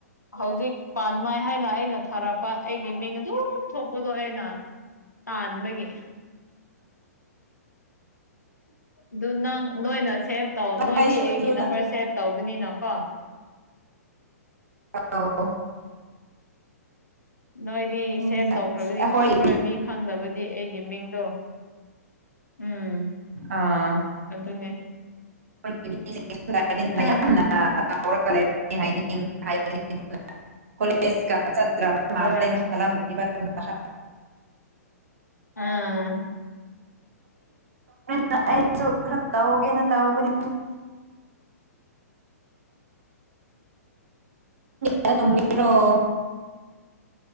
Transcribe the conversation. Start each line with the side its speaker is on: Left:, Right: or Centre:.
Left: ꯍꯧꯖꯤꯛ ꯄꯥꯟ ꯃꯥꯏ ꯍꯥꯏꯅ ꯑꯩꯅ ꯊꯥꯔꯛꯄ ꯑꯩꯒꯤ ꯃꯤꯡ ꯑꯗꯨꯝ ꯊꯣꯛꯄꯗꯣ ꯑꯩꯅ ꯇꯥꯜꯕꯒꯤ ꯑꯗꯨ ꯅꯪ ꯅꯣꯏꯅ ꯁꯦꯚ ꯇꯧ ꯅꯣꯏꯗꯤ
Right: ꯑꯩꯁꯨ
Left: ꯑꯩꯒꯤ
Right: ꯑꯗꯨꯅ
Left: ꯅꯝꯕꯔ ꯁꯦꯚ ꯇꯧꯕꯅꯤꯅ ꯀꯣ
Right: ꯑ <unintelligible>
Left: ꯅꯣꯏꯗꯤ
Right: ꯑꯗꯨꯅꯦ
Left: ꯁꯦꯚ ꯇꯧꯈ꯭ꯔꯕꯗꯤ
Right: ꯑꯩꯈꯣꯏ
Left: ꯈꯪꯔꯣꯏ ꯃꯤ ꯈꯪꯗꯕꯗꯤ ꯑꯩꯒꯤ ꯃꯤꯡꯗꯣ ꯎꯝ
Right: ꯑꯥ
Left: ꯑꯗꯨꯅꯦ
Right: ꯍꯥꯏ
Left: ꯍꯥ
Right: ꯭ꯔ <unintelligible>
Left: ꯍꯣꯏ ꯎꯝ
Right: ꯇꯦ ꯑꯩꯁꯨ ꯈꯔ ꯇꯧꯎꯒꯦꯅ ꯇꯧꯍꯒꯅꯦ ꯇꯒꯦꯔꯣ <unintelligible>